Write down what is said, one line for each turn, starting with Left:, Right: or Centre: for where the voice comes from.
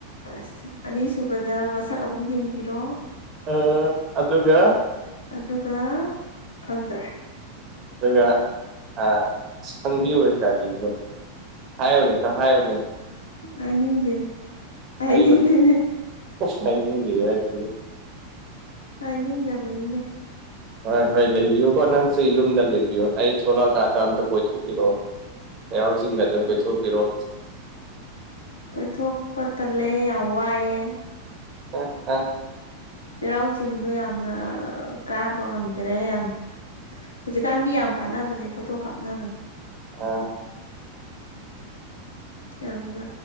Left: ꯑꯁ ꯑꯅꯤꯁꯨꯕꯗ ꯃꯁꯛ ꯑꯃꯨꯛ ꯌꯦꯡꯕꯤꯔꯣ
Right: ꯑ ꯑꯗꯨꯒ
Left: ꯑꯗꯨꯒ ꯈꯪꯗ꯭ꯔꯦ
Right: ꯑꯗꯨꯒ ꯑꯥ ꯏꯁ ꯈꯪꯕꯤꯌꯣ ꯀꯔꯤꯅꯣ ꯍꯥꯏꯌꯣꯅꯦ ꯈꯥ ꯍꯥꯏꯌꯣꯅꯦ
Left: ꯑꯥꯏꯅꯤꯡꯗꯦꯅꯦ ꯄꯥꯏꯅꯤꯡꯗꯦꯅꯦ
Right: ꯍꯥꯏꯌꯨꯅꯦ <unintelligible>
Left: ꯍꯥꯏꯅꯤꯡꯗꯕꯅꯤꯅꯦ
Right: ꯍꯣꯏ ꯍꯣꯏ ꯂꯩꯕꯤꯌꯨꯀꯣ ꯅꯪꯁꯦ ꯌꯨꯝꯗ ꯂꯩꯕꯤꯌꯣ ꯑꯩ ꯊꯣꯂꯥꯀꯥꯟꯗ ꯑꯝꯇ ꯀꯣꯏꯊꯣꯛꯄꯤꯔꯛꯑꯣ ꯍꯩꯔꯥꯎ ꯆꯤꯡꯒꯗꯨ ꯀꯣꯏꯊꯣꯄꯤꯔꯣ
Left: ꯀꯣꯏꯊꯣꯛꯄ ꯇꯜꯂꯦ ꯌꯥꯝ ꯋꯥꯏꯑꯦ
Right: ꯑꯦ ꯑꯥ
Left: ꯆꯩꯔꯥꯎ ꯆꯤꯡꯗꯣ ꯌꯥꯝꯅ ꯀꯥꯕ ꯉꯝꯗ꯭ꯔꯦ ꯌꯥꯝ ꯍꯧꯖꯤꯛꯀꯥꯟ ꯃꯤ ꯌꯥꯝ ꯀꯥꯅꯕꯅꯦ ꯐꯣꯇꯣ ꯀꯥꯞꯅꯕꯅꯦ
Right: ꯑꯥ
Left: ꯌꯥꯝꯅ